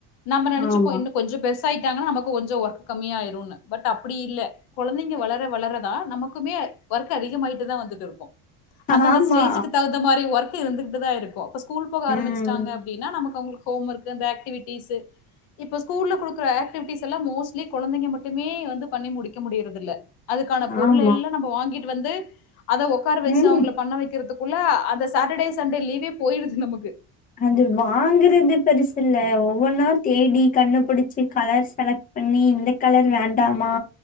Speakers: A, on the left; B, on the left.
A: நா
B: ஆமா
A: சுப்போ இன்னு கொஞ்சோ பெருசாயிட்டாங்கானா நமக் கு கொஞ்சோ வொர்க் கம்மியாயிருனு பட் அப்பிடி இல்ல கொழந்தைங்க வளர வளரதா நமக் குமே வொர்க் அதிகமாயிட்டு தா வந்துட்டுருக்கு அந்தந்த
B: ஆமா
A: ஸ்டேஜ்க்கு தகுந்த மாரி வொர்க் கு இருந்துகிட்டுதா இருக்கு இப்ப ஸ்கூல் போக
B: ம்
A: ஆரம்மிச்சாட்டாங்க அப்டினா நமக் அவுங்களுக் ஹோம் வொர்க்கு அந்த ஆக்டிவிட்டிஸு இப்ப ஸ்கூல்ல குடுக்குற ஆக்டிவிட்டிஸ் எல்லா மோஸ்ட்லி கொழந்தைங்க மட்டுமே வந்து பண்ணி முடிக்க முடியறதில்ல அதுக்கான பொருளெல்லா
B: ஆமா
A: நம்ப வாங்கிட் டு வந்து அத ஒக்கார வெச்ட்டு
B: ம்
A: அவுங்கள பண்ண வெக்கிறதுக்குள்ள அந்த சேட்டர்டேஸ் சண்டே லீவே போயிடுது நமக்கு
B: அது வாங்குறது பெருசில்ல ஒவ்வொன்னா தேடி கண்ணுபுடிச்சி கலர் செலக்ட் பண்ணி இந்த கலர் வேண்டாமா